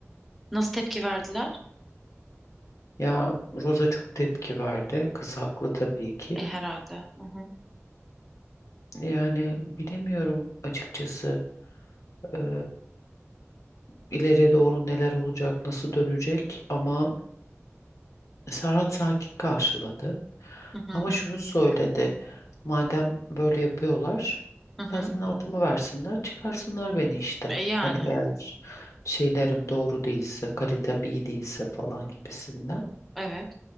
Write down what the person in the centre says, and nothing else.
Nasıl tepki verdiler?
E herhalde. Hı hı.
Hı hı.
Hı hı.
E, yani.
Evet.